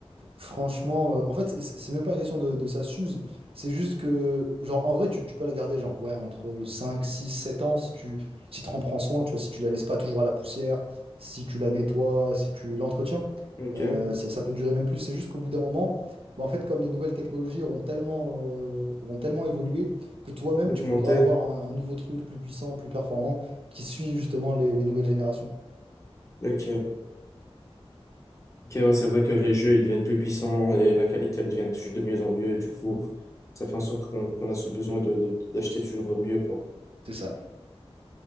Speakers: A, on the right (about 65°); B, on the left (about 30°).
A: Franchement, euh, en fait, c'est c'est même pas question de, de ça s'use. C'est juste que, genre, en vrai, tu, tu peux la garder, genre, ouais, entre 5 6 7 ans, si tu si t'en prends soin, tu vois, si tu la laisses pas toujours à la poussière, si tu la nettoies, si tu l'entretiens,
B: Ok,
A: euh, ça, ça peut durer même plus. C'est juste qu'au bout d'un moment, bah, en fait, comme les nouvelles technologies auront tellement, euh, auront tellement évolué, que toi-même,
B: augmenter.
A: tu voudras avoir un, un nouveau truc plus puissant, plus performant, qui suit justement les, les nouvelles générations.
B: Ok. Ok, ouais, c'est vrai que les jeux, ils deviennent plus puissants et la qualité, elle devient toujours de mieux en mieux. du coup,
A: Mm.
B: ça fait en sorte qu'on qu'on a ce besoin de, de- d'acheter toujours mieux, quoi.
A: C'est ça.